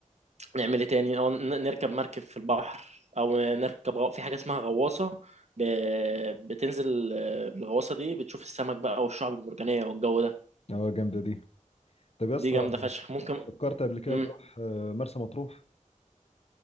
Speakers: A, on the right; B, on the left.
A: نعمل ايه تاني أو ن- نركب مركب في البحر أو نركب غو... في حاجة اسمها غواصة ب... بتنزل آه، الغواصة دي بتشوف السمك بقى والشعب المرجانية والجو ده
B: اه جامدة دي طب يا اسطى
A: دي جامدة فشخ ممكن
B: فكرت قبل كده
A: مم.
B: تروح آه، مرسى مطروح